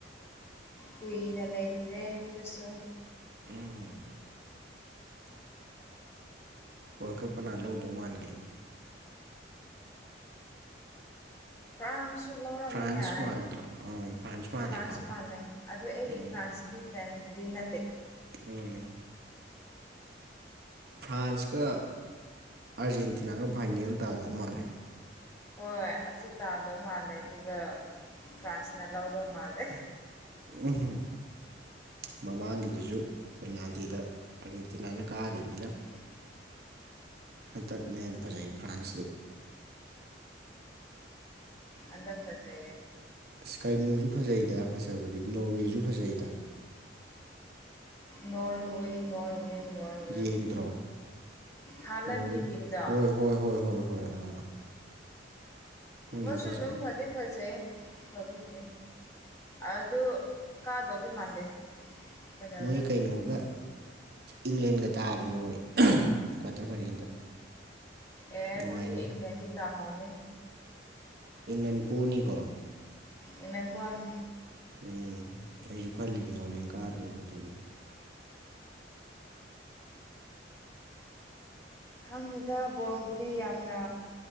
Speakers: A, on the left; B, on the right.
A: ꯀꯨꯏꯅ ꯂꯩꯔꯨꯔꯦ ꯌꯨꯝꯗꯁꯨ
B: ꯎꯝ ꯋꯥꯔꯜ ꯀꯞ ꯀꯅꯥ ꯂꯧꯗꯧ ꯃꯥꯟꯒꯦ
A: ꯐ꯭ꯔꯥꯟꯁꯁꯨ ꯂꯧꯔꯝꯕ
B: ꯐ꯭ꯔꯥꯟꯁ
A: ꯌꯥꯏ
B: ꯃꯥꯟꯗ꯭ꯔꯣ ꯎꯝ ꯃꯥꯜꯂꯤꯀꯣ
A: ꯐ꯭ꯔꯥꯟꯁ ꯃꯥꯜꯂꯦ ꯑꯗꯨ ꯑꯩ
B: ꯎꯝ
A: ꯐ꯭ꯔꯥꯟꯁꯀꯤ ꯆꯗꯤ ꯅꯠꯇ
B: ꯎꯝ ꯐ꯭ꯔꯥꯟꯁꯀ ꯑꯥꯔꯖꯦꯟꯇꯤꯅꯥꯒ ꯐꯥꯏꯅꯦꯜ ꯇꯥꯗꯧ ꯃꯥꯜꯂꯦ
A: ꯍꯣꯏ ꯑꯁꯤ ꯇꯥꯗꯧ ꯃꯥꯜꯂꯦ ꯑꯗꯨꯒ ꯐ꯭ꯔꯥꯟꯁꯅ ꯂꯧꯗꯧ ꯃꯥꯜꯂꯦ
B: ꯎꯍꯨꯝ ꯃꯃꯥꯡꯒꯤꯗꯨꯁꯨ ꯄꯦꯅꯥꯜꯇꯤꯗ ꯑꯥꯔꯖꯦꯟꯇꯤꯅꯥꯅ ꯀꯥꯒꯤꯈꯤꯕꯅꯤꯅ
A: ꯑ
B: ꯍꯟꯇꯛꯅꯦ ꯑꯅ ꯐꯖꯩ ꯐ꯭ꯔꯥꯟꯁꯇ
A: ꯑꯗ ꯄꯖꯦ
B: ꯁ꯭ꯀꯥꯏꯅꯣꯁꯨ ꯐꯖꯩꯗ ꯐꯖꯕꯗꯤ ꯅꯣꯔꯋꯦꯁꯨ ꯐꯖꯩꯗ
A: ꯅꯣꯔꯋꯦ ꯅꯣꯔꯋꯦ ꯅꯣꯔꯋꯦ
B: ꯌꯦꯡꯗ꯭ꯔꯣ
A: ꯍꯥꯂꯟꯒꯤ
B: ꯅ ꯍꯣꯏꯣꯏ
A: ꯇꯤꯝꯗꯣ
B: ꯍꯣꯏ ꯍꯣꯏ ꯍꯣꯏ ꯍꯣꯏ ꯑꯥ ꯃꯣꯏꯁꯨ
A: ꯋꯥꯁꯨ
B: ꯐꯖꯩ
A: ꯑꯗꯨꯝ ꯐꯗꯤ ꯐꯖꯩ ꯐꯕꯗꯤ ꯑꯗꯨ ꯀꯥꯗꯧꯗꯤ ꯃꯥꯟꯗꯦ ꯐꯥꯏꯅꯦꯜꯗ
B: ꯃꯣꯏ ꯀꯩꯅꯣꯒ ꯏꯪꯂꯦꯟꯒ ꯇꯥꯕꯅꯦ ꯃꯣꯏ ꯀ꯭ꯋꯥꯇꯔ ꯐꯥꯏꯅꯦꯜꯗ
A: ꯑꯦ
B: ꯅꯨꯡꯉꯥꯏꯅꯤ
A: ꯑꯗꯨꯗꯤ ꯏꯪꯂꯦꯟꯗꯤ ꯇꯥꯍꯥꯎꯅꯤ
B: ꯏꯪꯂꯦꯟ ꯄꯣꯅꯤꯀꯣ
A: ꯏꯩꯅ ꯐꯣꯅꯤ
B: ꯎꯝ ꯑꯩꯁꯨ ꯈꯜꯂꯤ ꯅꯣꯡꯂꯦꯟ ꯀꯥꯅꯦꯕ ꯑꯗꯨꯗꯤ
A: ꯍꯥꯟꯅꯗ ꯕꯣꯜꯒꯤꯗꯤ ꯌꯥꯝꯅ